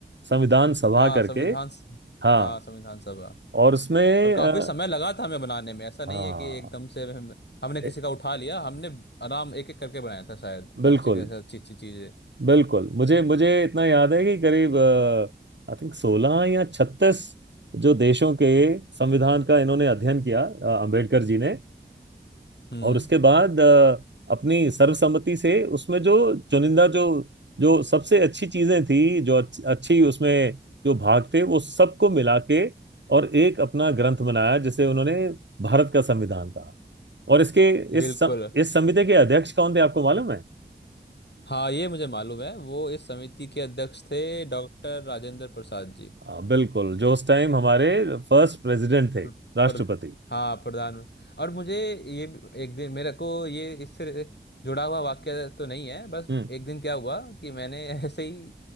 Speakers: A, on the right; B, on the left.
A: संविधान सभा
B: हाँ
A: करके
B: संविधान स-
A: हाँ
B: हाँ संविधान सभा
A: और उसमें
B: और
A: अ,
B: काफी समय लगा था हमें बनाने में ऐसा नहीं
A: हाँ
B: है कि एकदम से हम, हमने किसी
A: ए-
B: का उठा लिया हमने आराम एक एक करके बनाया था शायद हर
A: बिल्कुल
B: जगह से अच्छी अच्छी चीजें
A: बिल्कुल मुझे मुझे इतना याद है कि करीब आई थिंक सोलह या छत्तीस जो देशों के संविधान का इन्होंने अध्ययन किया अ, अंबेडकर जी ने
B: हम्म
A: और उसके बाद अ, अपनी सर्वसम्मति से उसमें जो चुनिंदा जो जो सबसे अच्छी चीजें थी जो अच्छ- अच्छी उसमें जो भाग थे वो सबको मिला के और एक अपना ग्रंथ बनाया जिसे उन्होंने भारत का संविधान कहा और इसके इस
B: बिल्कुल
A: सम- इस समिति के अध्यक्ष कौन थे आपको मालूम है
B: हाँ ये मुझे मालूम है वो इस समिति के अध्यक्ष थे डॉक्टर राजेंद्र प्रसाद जी
A: हाँ, बिल्कुल जो उस टाइम हमारे फर्स्ट प्रेसिडेंट थे
B: प्र,
A: राष्ट्रपति
B: प्र, हाँ प्रधान और मुझे ये भी- एक दिन मेरे को ये इससे जुड़ा हुआ वाक्य तो नहीं है बस
A: हम्म
B: एक दिन क्या हुआ कि मैंने <laughs> ऐसे ही अ,